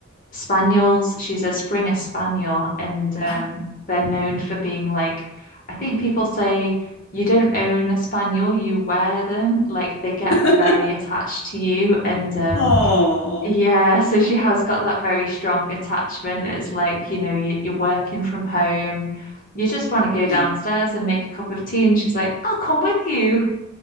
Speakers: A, on the left (about 40°); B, on the left (about 70°).
A: spaniels. She's a Springer Spaniel, and um,
B: Oh.
A: they're known for being like, I think people say you don't own a spaniel, you wear them. Like they get
B: <laughs>
A: very attached to you, and um,
B: Oh,
A: yeah, so she has got that very strong attachment. It's like you know you, you're working from home. You just want to go downstairs
B: yeah,
A: and make a cup of tea, and she's like, "I'll come with you."